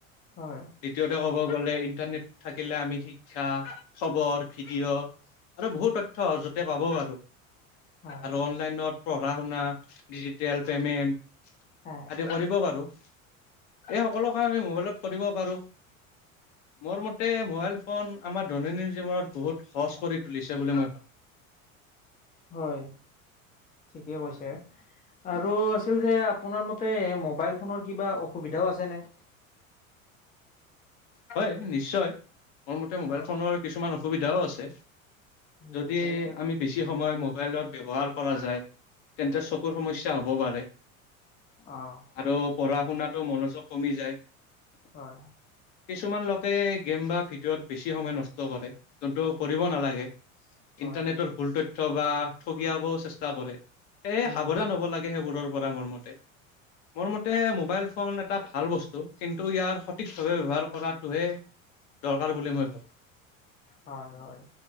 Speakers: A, on the left; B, on the left.
A: হয়,
B: দ্বিতীয়তে ক'ব গ'লে ইণ্টাৰনেট থাকিলে আমি শিক্ষা খবৰ ভিডিঅ' আৰু বহুত তৈথ্য সহযতে পাব পাৰো।
A: হয়,
B: আৰু অনলাইনত পঢ়া শুনা, ডিজিটেল পেমেন্ট।
A: হয়,
B: আদি কৰিব পাৰোঁ। এই সকলো কাম আমি মোবাইলত কৰিব পাৰোঁ। মোৰ মতে মোবাইল ফোন আমাৰ দৈনন্দিন জীৱনত বহুত সহজ কৰি তুলিছে বুলি মই ভাবোঁ।
A: হয়, ঠিকে কৈছে। আৰু আছিল যে আপোনাৰ মতে মবাইল ফোনৰ কিবা অসুবিধাও আছেনে।
B: হয় নিশ্চয় মোৰ মতে
A: হয়,
B: মোবাইল ফোনৰ কিছুমান অসুবিধাও আছে।
A: উম,
B: যদি
A: কেনে
B: আমি বেছি সময় মোবাইলত ব্যৱহাৰ কৰা যায়। তেন্তে চকুৰ সমস্যা হ'ব পাৰে,
A: অ', হয়,
B: আৰু পঢ়া শুনাত টো মনোযোগ কমি যায়।
A: হয়।
B: কিছুমান লোকে গেম বা ভিডিঅ'ত বেছি সময় নষ্ট কৰে। যোনটো কঢ়িব নালাগে,
A: হয়,
B: ইণ্টাৰনেটৰ ভুল তথ্য বা ঠগিয়াবও চেষ্টা কৰে। এ
A: উম,
B: সাৱধান হ'ব লাগে সেইবোৰৰ পৰা মোৰ মতে। মোৰ মতে মোবাইল ফোন এটা ভাল বস্তু, কিন্তু ইয়াৰ সঠিকভাৱে ব্যৱহাৰ কৰাটোহে দৰকাৰ বুলি মই ভাবোঁ।
A: হয় হয়